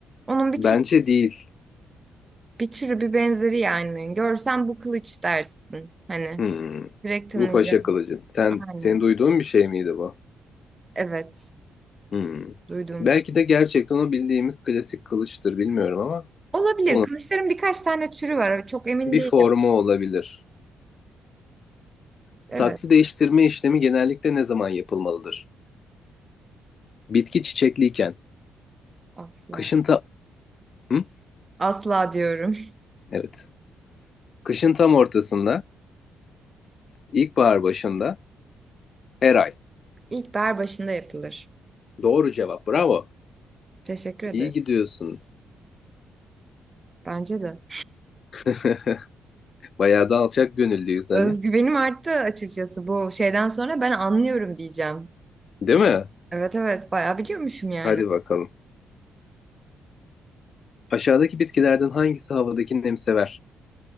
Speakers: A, on the right (about 20°); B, on the left (about 45°).
A: Onun bir
B: Bence
A: tür
B: değil.
A: bir türü bir benzeri yani. Görsen bu kılıç dersin. Hani
B: Hmm.
A: direkt tanıyacağım.
B: Bu paşa kılıcı. Sen,
A: Aynen.
B: senin duyduğun bir şey miydi bu?
A: Evet.
B: Hmm.
A: Duyduğum
B: Belki
A: bir şey.
B: de gerçekten o bildiğimiz klasik kılıçtır bilmiyorum ama
A: Olabilir.
B: onun
A: Kılıçların birkaç tane türü var. Çok emin
B: bir
A: değilim.
B: formu olabilir. Saksı
A: Evet.
B: değiştirme işlemi genellikle ne zaman yapılmalıdır? Bitki çiçekliyken,
A: Asla.
B: kışın ta Hı?
A: Asla diyorum.
B: Evet. Kışın tam ortasında, ilkbahar başında, her ay.
A: <laughs> İlkbahar başında yapılır.
B: Doğru cevap. Bravo.
A: Teşekkür ederim.
B: İyi gidiyorsun.
A: Bence de.
B: <laughs> Bayağı da alçak gönüllüyüz hani.
A: Özgüvenim arttı açıkçası bu şeyden sonra ben anlıyorum diyeceğim.
B: Değil mi?
A: Evet evet bayağı biliyormuşum yani.
B: Hadi bakalım. Aşağıdaki bitkilerden hangisi havadaki nemi sever?